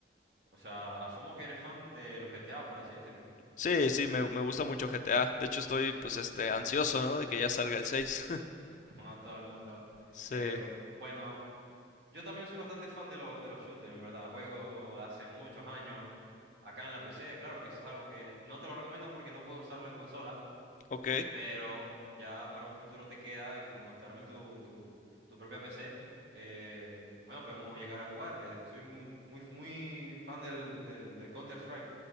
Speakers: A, on the right; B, on the left.
A: O sea, asumo que eres fan de los GTA, por así decirlo,
B: Sí, sí, me, me gusta mucho GTA. De hecho, estoy, pues, este, ansioso, ¿no? De que ya salga el 6. <laughs>
A: <laughs> como a todo el mundo.
B: Sí,
A: Eh, bueno, yo también soy bastante fan de, lo- de los shooters, en verdad. Juego de hace muchos años acá en la PC, claro que eso es algo que no te lo recomiendo porque no puedes usarlo en consola,
B: ok.
A: pero ya para un futuro te queda de que cuando te armes tu, tu, tu propia PC, eh, bueno, podemos llegar a jugar. Eh, soy un- muy, muy fan del, del, del Counter-Strike,